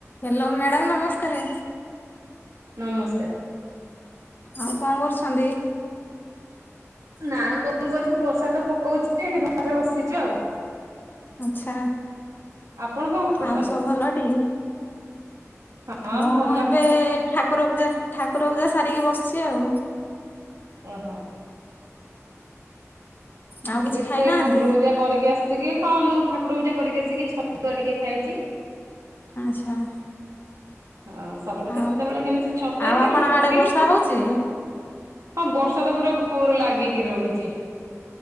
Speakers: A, on the left; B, on the right.
A: Hello madam ନମସ୍କାରେ।
B: ନମସ୍କାର୍।
A: ଆଉ କଁ କରୁଛନ୍ତି?
B: ନା କଁ କରିବୁ ବର୍ଷା ତ ପକଉଚି ଏଠି ଘରେ ବସିଚୁ ଆଉ।
A: ଆଚ୍ଛା
B: ଆପଣ କଣ କରୁଛନ୍ତି?
A: ଆଉ ସବୁ ଭଲଟି।
B: ହଁ
A: ମୁଁ
B: ଭଲ
A: ଏବେ ଠାକୁର ପୂଜା ଠାକୁର ପୂଜା ସାରିକି ବସିଚି ଆଉ।
B: ଓହୋ। ମୁଁ
A: ଆଉ କିଛି
B: ବି
A: ଖାଇନାହାନ୍ତି
B: ସେଇ ଠାକୁର ପୂଜା କରିକି ଆସିକି ହଁ ମୁଁ ଠାକୁର ପୂଜା କରିକି ଆସିକି ଛତୁଆ ଟିକେ ଖାଇଚି।
A: ଆଚ୍ଛା।
B: ହଁ ସକାଳୁ
A: ଆଉ
B: କେତେବେଳେ କେମତି ଛତୁଆ
A: ଆଉ
B: କି
A: ଆପଣଙ୍କ
B: ରୁଟି।
A: ଆଡେ ବର୍ଷା ହଉଛି?
B: ହଁ ବର୍ଷା ତ ପୁରା ଭୋରୁ ଲାଗିକି ରହିଚି।